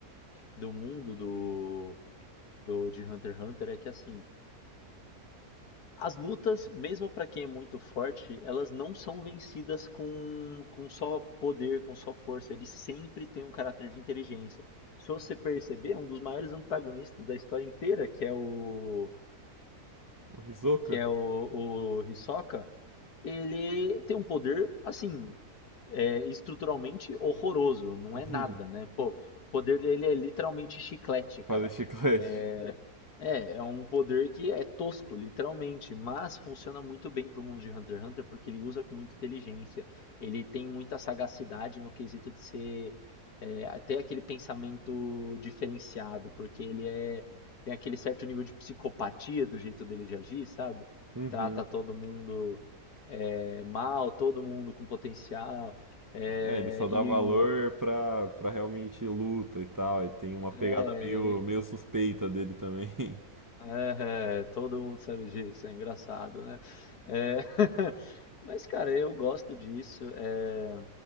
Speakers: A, on the left; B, on the right.
A: do mundo do, do, de Hunter x Hunter é que assim, As lutas, mesmo para quem é muito forte, elas não são vencidas com, com só poder, com só força. Ele sempre tem um caráter de inteligência. Se você perceber, um dos maiores antagonistas da história inteira, que é o
B: O Hisoka?
A: que é o, o Hisoka, ele tem um poder assim é, estruturalmente horroroso. Não
B: <laughs>
A: é nada, né? Pô, o poder dele é literalmente chiclete, cara.
B: Fazer chiclete.
A: É, é é um poder que é tosco, literalmente, mas funciona muito bem pro mundo de Hunter x Hunter porque ele usa com muita inteligência. Ele tem muita sagacidade no quesito de ser é, até aquele pensamento diferenciado, porque ele é tem aquele certo nível de psicopatia do jeito dele de agir, sabe?
B: Uhum.
A: Trata todo mundo é, mal, todo mundo com potencial. é,
B: É, ele só dá
A: e,
B: valor
A: e-
B: pra, pra realmente luta e tal. E tem uma pegada
A: é,
B: meio, meio suspeita dele também.
A: É, é, todo mundo sabe disso, é engraçado, né? É, <laughs> mas, cara, eu gosto disso, é,